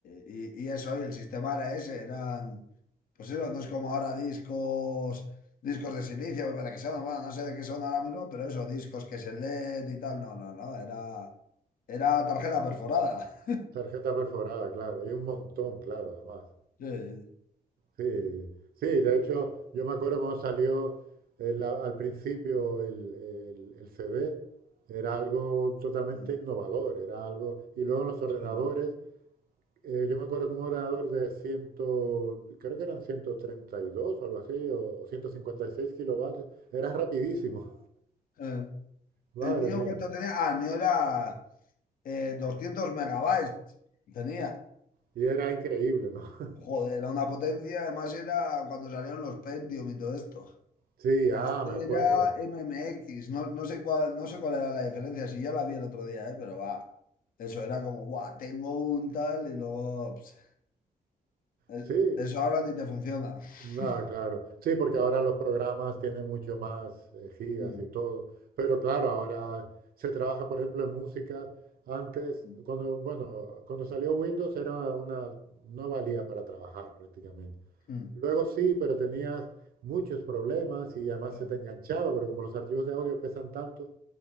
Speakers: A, on the left; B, on the right.
A: y, y eso, y el sistema era ese, eran, pues eso, no es como ahora discos, discos de silicio, me parece que son, bueno, no sé de qué son ahora mismo, pero eso, discos que se leen y tal, no, no, no, era, era tarjeta perforada.
B: Tarjeta perforada, claro, y un montón, claro, además.
A: Sí,
B: Sí, sí, de hecho, yo me acuerdo cuando salió el- al principio el, el- el CD, era algo totalmente
A: sí,
B: innovador, era algo, y luego en los ordenadores,
A: sí.
B: eh, yo me acuerdo que un ordenador de 100, creo que eran 132 o algo así, o 156 kilovatios, era rapidísimo,
A: Eh,
B: <laughs> madre
A: el mío
B: mía,
A: cuánto tenía, ah, el mío era eh, 200 megabytes. Tenía,
B: y era increíble, ¿no? <laughs>
A: joder, era una potencia, además era cuando salieron los Pentium y todo esto.
B: Sí,
A: Este
B: ah, me acuerdo,
A: era MMX, no, no sé cuál, no sé cuál era la diferencia, si ya la vi el otro día, eh, pero va, eso era como, guau, tengo un tal y luego, ps, es-
B: sí,
A: eso ahora ni te funciona.
B: No,
A: <laughs>
B: claro. Sí, porque ahora los programas tienen mucho más eh, gigas
A: Mm,
B: y todo. Pero claro, ahora se trabaja, por ejemplo, en música. Antes,
A: mm,
B: cuando, bueno, cuando salió Windows era una, no valía para trabajar prácticamente.
A: mm,
B: Luego sí, pero tenías muchos problemas y además
A: claro,
B: se te enganchaba, porque como los archivos de audio pesan tanto,